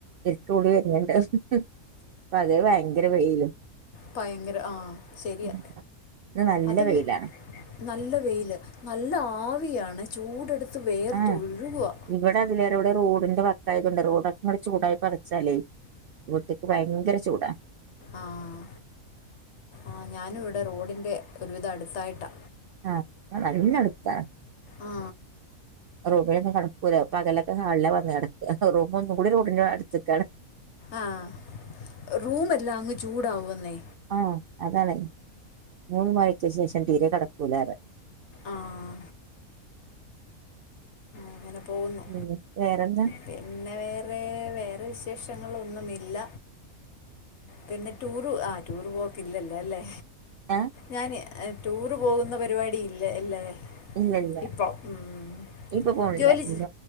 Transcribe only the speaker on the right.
ഇരുട്ടൂടി വരുണ് ണ്ട് പകല് ഭയങ്കര വെയിലും
ഉം. ഇന്ന് നല്ല
വെയിലാണ്
ആഹ് ഇവിടെ അതിലേറെ ഇവിടെ റോഡിന്റെ വക്കായതോണ്ട് റോഡൊക്കെ ചൂടായി പറച്ചാലേ വീട്ട്ക്ക് ഭയങ്കര ചൂടാ
ആഹ് ആഹ് നല്ലടുത്താ
റൂമിലൊന്നും കട ക്കൂല പകലൊക്കെ ഹാളിലാ വന്ന് കെടക്കാ റൂം ഒന്നും കൂടി റോഡിന്റെ അടുത്ത്ക്കാണ്
ആഹ് അതാണ് മൂന്ന് മണിയ്ക്ക് ശേഷം തീരെ കിടക്കൂലാ പറയാ
പിന്നെ വേറെന്താ
ആഹ്
ഇല്ല ഇല്ല
ഇപ്പൊ പോണില്ല
ഇല്ല